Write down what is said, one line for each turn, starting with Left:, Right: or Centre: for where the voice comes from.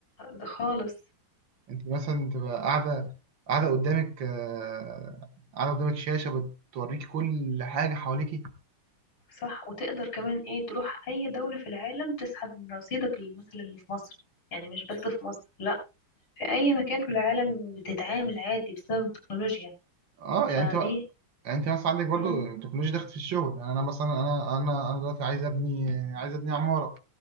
Left: ده خالص
Right: انت مثلا تبقى قاعده قاعده قدامك آه، قاعده قدامك شاشه بتوريكي كل حاجه حواليكي
Left: صح وتقدر كمان ايه تروح اي دولة في العالم تسحب من رصيدك اللي- مثلا اللي في مصر يعني مش بس في مصر لا في اي مكان في العالم بتتعامل عادي بسبب التكنولوجيا
Right: اه
Left: فدي
Right: يعني انت يعني انت مثلا عندك برضو
Left: امم
Right: التكنولوجيا دخلت في الشغل يعني انا مثلا انا انا انا دلوقتي عايز ابني عايز ابني عماره